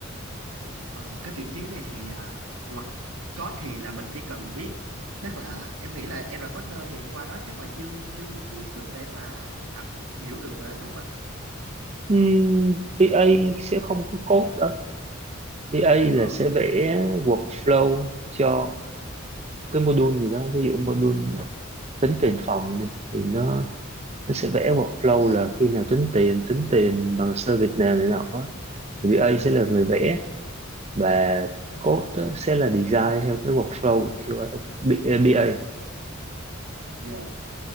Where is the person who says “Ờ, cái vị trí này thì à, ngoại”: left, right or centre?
Right